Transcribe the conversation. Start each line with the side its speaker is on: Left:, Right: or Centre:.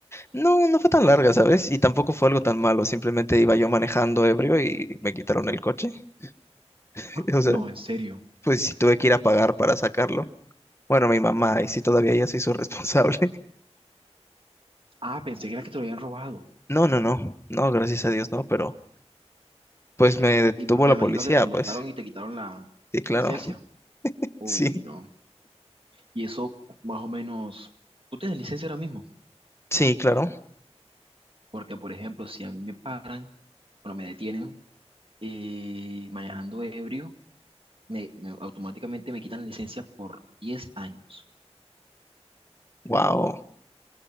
Left: No, no fue tan larga, ¿sabes? Y tampoco fue algo tan malo, simplemente iba yo manejando ebrio y me quitaron el coche. <laughs>
Right: Ah,
Left: O
Right: No,
Left: sea,
Right: en serio.
Left: pues sí tuve que ir a pagar para sacarlo. Bueno, mi mamá, y sí todavía ella se hizo responsable. <laughs>
Right: Ah, pensé que era que te lo habían robado.
Left: No, no, no, no, gracias a Dios, no, pero pues me detuvo
Right: Y me
Left: la
Right: imagino
Left: policía,
Right: que te multaron
Left: pues.
Right: y te quitaron la,
Left: Sí, claro.
Right: la licencia.
Left: <laughs>
Right: Uy,
Left: Sí,
Right: no. Y eso más o menos, ¿tú tienes licencia ahora mismo?
Left: sí, claro.
Right: Porque, por ejemplo, si a mí me paran, bueno, me detienen y manejando ebrio, me, me- automáticamente me quitan la licencia por 10 años.
Left: Wow.